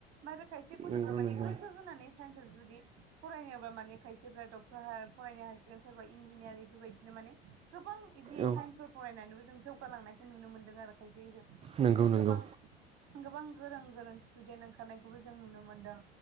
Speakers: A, on the right; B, on the right.
A: मारो खायसे गथ'फ्रा
B: नंगौ
A: माने
B: नंगौ
A: गोसो होनानै साइन्सआव जुदि फरायनोबा माने खायसेफ्रा ड टर फरायनो हासिगोन सोरबा इन्जिनियारिंफोरबायदिनो माने गोबां बिदि
B: औ
A: साइन्स फोर फरायनानैबो जों जौगालांनायखौ नुनो मोन्दों आरो खायसे खायसे
B: नंगौ
A: बिदिनो
B: नंगौ
A: गोबां गोबां गोरों गोरों स्टुदेन्ट ओंखारनायखौबो जों नुनो मोनदों